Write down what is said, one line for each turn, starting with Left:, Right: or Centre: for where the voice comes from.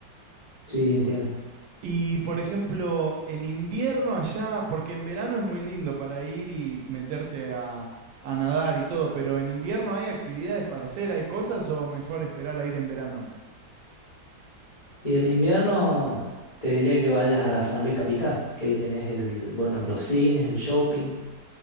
Left: sí, entiendo.
Right: Y por ejemplo, en invierno allá, porque en verano es muy lindo para ir y meterte a, a nadar y todo, pero en invierno hay actividades para hacer, hay cosas o mejor esperar a ir en verano.
Left: Y en invierno te diría que vayas a San Luis Capital, que ahí tenés el, bueno, los cines, el shopping.